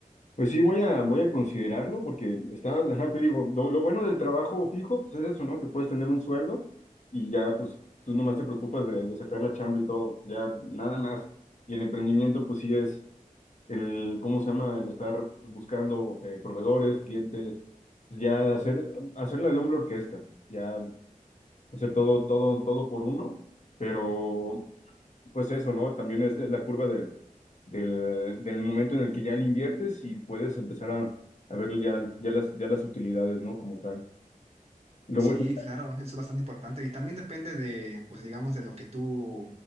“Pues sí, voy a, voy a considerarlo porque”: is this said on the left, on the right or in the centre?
Left